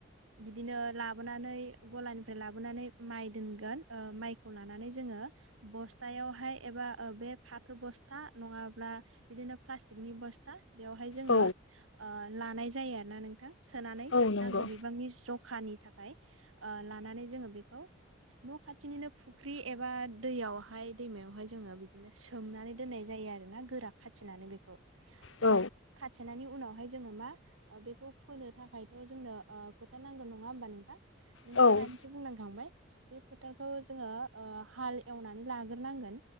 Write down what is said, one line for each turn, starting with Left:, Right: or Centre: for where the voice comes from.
Right: बिदिनो लाबोनानै गलानिफ्राय लाबोनानै माइ दोनगोन ओ माइखौ लानानै जोङो बस्थायावहाय एबा ओ बे फाथो बस्था नङाब्ला बिदिनो प्लास्टिकनि बस्था बेवहाय जोङो
Left: औ
Right: ओ लानाय जायो आर ना नों सोनानै
Left: औ नंगौ
Right: नांगौ बिबांनि ज खानि थाखाय ओ लानानै जोङो बेखौ न' खाथिनिनो फुख्रि एबा दैयावहाय दैमायावहाय जोङो बिदिनो सोमनानै दोननाय जायो आरोना गोरा खाथिनानै बेखौ ओ
Left: औ
Right: खाथेनानै उनावहाय जोङो मा ओ बेखौ फोनो थाखायथ' जोंनो ओ फोथार नांगोन नङा होमबा नोंथां? नोंथाङा
Left: औ
Right: दानिसो बुंलांखांबाय बे फोथारखौ जोङो ओ हाल एवनानै लाग्रोनांगोन